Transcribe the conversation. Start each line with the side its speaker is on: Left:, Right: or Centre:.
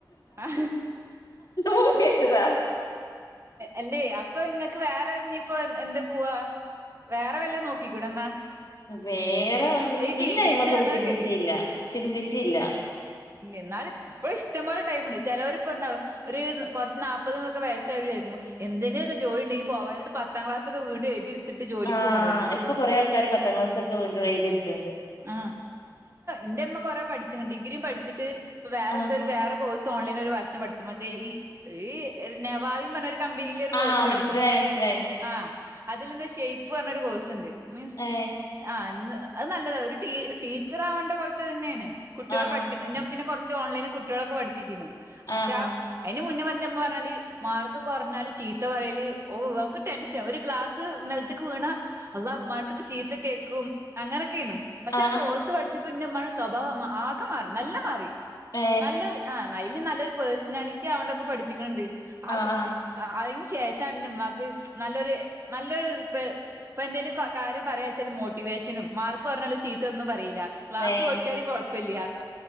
Right: ആ
Left: പൂട്ടി വെച്ചതാ
Right: അല്ലേ ഇപ്പൊ നിങ്ങൾക്ക് വേറെ ഇനിയിപ്പോ എന്താ പോവാ വേറെ വല്ല നോക്കിക്കൂടെ എന്നാ
Left: വേറെ
Right: ഈ
Left: പിന്നെ
Right: ടി ടി
Left: അയിമക്കൊന്നും
Right: സി അങ്ങനൊക്കെല്ലേ
Left: ചിന്തിച്ചില്ല ചിന്തിച്ചില്ല
Right: എന്നാലും ഇപ്പഴും ഇഷ്ടപോലെ ടൈംമുണ്ട് ചേലോർ ഇപ്പം ഇണ്ടാവും ഒരു കുറച്ച് നാല്പ്പതന്നൊക്കെ വയസ്സായി രിക്കും എന്തെങ്കിലും ഒക്കെ ജോലി ഉണ്ടെങ്കി പോവാനട്ട് പത്താം ക്ലാസൊക്കെ വീണ്ടും എഴുതി എടുത്തു തിട്ട് ജോലിക്ക്
Left: ആ
Right: പോണൊരുണ്ട്
Left: ഇപ്പൊ കൊറേ ആൾക്കാര് പത്താം ക്ലാസ്സൊക്കെ വീണ്ടും എഴുതിയെടുക്കണ്ട്
Right: ആ ഇന്റമ്മ കൊറേ പഠി ഡിഗ്രിയും പഠി ച്ച്ട്ട് വേറെന്തോരു
Left: ആ
Right: വേറെ കോഴ്സ് സ് ഓൺലൈനിൽ ഒരു വർഷം പഠിച്ചു മറ്റേ ഈ ഒരു നെവാവി പറഞ്ഞ കമ്പനിൽ ഒരു
Left: ആഹ്
Right: കോഴ്സ് പഠിച്ചു
Left: മനസ്സിലായി മനസ്സിലായിന്
Right: ആ അതിലെന്താ ഷേപ്പ് പറഞ്ഞ ഒരു കോഴ്സ് ഉണ്ട് മീൻസ്
Left: ഏ
Right: ആഹ എന്ന് അത് നല്ലതാണ് ഒരു ടീ ടീച്ചർ ആവണ്ട പോലത്തെ തന്നെയാണ് കുട്ടികളെ
Left: ആഹ
Right: പഠിപ്പിക്ക
Left: ആഹ
Right: പിന്നെ കുറച്ച് ഓൺലൈനിൽ കുട്ടികളൊക്കെ പഠിപ്പിച്ചിരുന്നു പക്ഷെ
Left: ആഹ്
Right: ആ അയ്‌ൻ മുന്നേ ഇന്റമ്മ പറഞ്ഞാല് മാർക്ക് കുറഞ്ഞാല് ചീത്ത പറയല് ഓ നമുക്ക് ടെൻഷൻ ഒരു ഗ്ലാസ് നിലത്തേക്ക് വീണാ അള്ളാ മ്മന്റട്തന്ന് പ്പം ചീ ത്ത കേൾക്കും അങ്ങനെയൊക്കെയ്ന്നു പക്ഷെ
Left: ആഹ് ആഹ്
Right: ആ കോഴ്സ്
Left: ആഹ്
Right: പഠിച്ച പ്പം ഇന്റമ്മന്റെ സ്വഭാവം ആകെ മാറി നല്ല മാറി
Left: ഏ
Right: നല്ലൊരു ആ അയിൽ നല്ലൊരു പേഴ്സണാലിറ്റി ആവണ്ടൊക്കെ പഠിപ്പിക്കുന്നുണ്ട് ആ
Left: ആഹ് ആഹ്
Right: അയിന് ശേഷാണ് ഇന്റമ്മാക്ക് നല്ലൊരു നല്ലൊരു ഇ ഇപ്പൊ എന്തെലും കാര്യം പറയാ വെച്ചാല് മോട്ടിവേഷനും മാർക്ക് പറഞ്ഞല് ചീത്ത ഒന്നും പറയില്ല ക്ലാസ്
Left: ഏ
Right: പൊട്ടിയാലും കൊഴപ്പില്ല